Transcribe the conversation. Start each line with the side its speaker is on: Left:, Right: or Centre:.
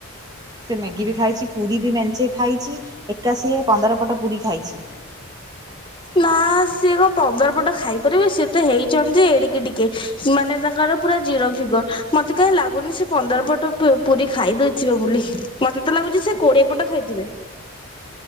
Right: ସେ ମ୍ୟାଗି ବି ଖାଇଛି ପୁରୀ ବି ମେଞ୍ଚେ ଖାଇଛି ଏକା ସି ପନ୍ଦର ପଟ ପୁରୀ ଖାଇଚି।
Left: ନା ସିଏ କଣ ପନ୍ଦର ପଟ ଖାଇପାରିବେ ସେ ତେ ହେଇଛନ୍ତି ଏଡିକି ଟିକେ ମାନେ ତାଙ୍କର ପୁରା ଜିରୋ ଫିଗର ମତେ କାହିଁ ଲାଗୁନି ସେ ପନ୍ଦର ପଟ ପୁରୀ ଖାଇ ଦେଇେଇଥିବ ବୋଲି ମତେ ତ ଲାଗୁଛି ସେ କୋଡିଏ ପଟ ଖାଇଥିବେ।